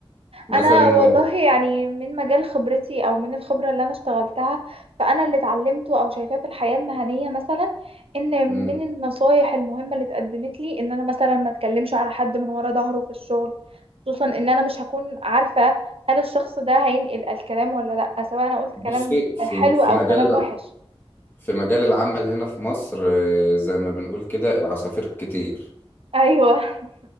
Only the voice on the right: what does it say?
انا والله يعني من مجال خبرتي او من الخبره اللي انا اشتغلتها فانا اللي اتعلمته او شايفاه في الحياه المهنيه مثلا ان
من النصايح المهمه اللي اتقدمت لي ان انا مثلا ما اتكلمش على حد من ورا ظهره في الشغل خصوصا ان انا مش هكون عارفه هل الشخص ده هينقل الكلام ولا لا سواء انا قلت
كلام
حلو
او
كلام
وحش
ايوه <laughs>